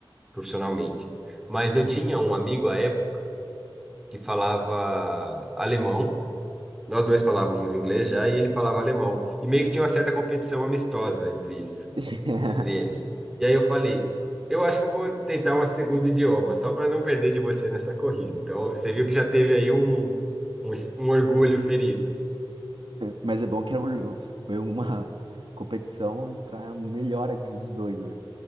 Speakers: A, in the centre; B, on the right.
A: profissionalmente. Mas eu
B: Uhum.
A: tinha um amigo à época que falava alemão. Nós dois falávamos inglês já e ele falava alemão. E meio que tinha uma certa competição amistosa entre isso,
B: <laughs>
A: entre eles. E aí eu falei, eu acho que eu vou tentar um segundo idioma, só para não perder de você nessa corrida. Então, você viu que já teve aí um, um, es- um orgulho ferido.
B: Mas é bom que era um- foi uma competição pra melhora dos dois, né?